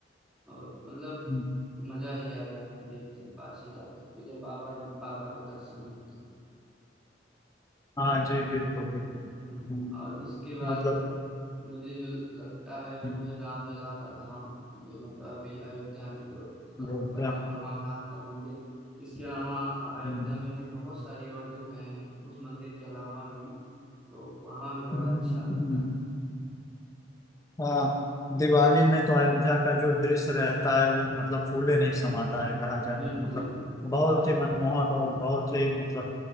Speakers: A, in the centre; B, on the left (about 15°).
A: और मतलब
B: हम्म,
A: मजा ही आ जाती है एकदम काशी जा करके जब बाबा बाबा के दर्शन होते हैं
B: हाँ जी बिल्कुल बिल्कुल
A: हम्म,
B: हम्म,
A: और इसके बाद
B: मतलब
A: मुझे जो लगता है
B: हम्म,
A: वो है रामलला का धाम जो मतलब अभी अयोध्या में जो मतलब
B: अयोध्या
A: बना है भगवान राम का मंदिर इसके अलावा अ- अयोध्या
B: हम्म,
A: में भी बहुत सारी और जगह हैं उस मंदिर के अलावा भी तो वहाँ भी बड़ा
B: हम्म,
A: अच्छा लगता
B: हम्म,
A: है
B: हाँ दिवाली में तो अयोध्या का जो दृश्य रहता है वो मतलब फूले नहीं समाता है कहा जाए
A: बिल्कुल
B: तो मतलब
A: बिल्कुल
B: बहुत
A: सही
B: ही मनमोहक
A: बात
B: और बहुत ही मतलब